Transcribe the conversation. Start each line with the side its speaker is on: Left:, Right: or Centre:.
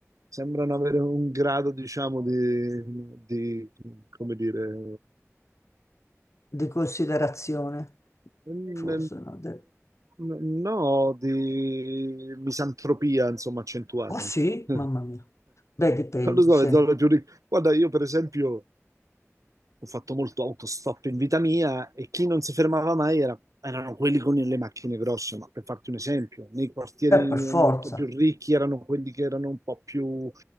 Right: sembrano avere un grado, diciamo, di, di, come dire
Left: Di considerazione,
Right: Mm,
Left: forse no. de-
Right: No, di misantropia, insomma, accentuata.
Left: Oh sì,
Right: <laughs>
Left: mamma mia. Beh, dipende,
Right: Non lo so,
Left: sì,
Right: le
Left: Eh,
Right: zoologie. Guarda, io per esempio ho fatto molto autostop in vita mia e chi non si fermava mai era- erano quelli con le macchine grosse, ma per farti un esempio, nei quartieri
Left: per forza.
Right: molto più ricchi erano quelli che erano un po' più,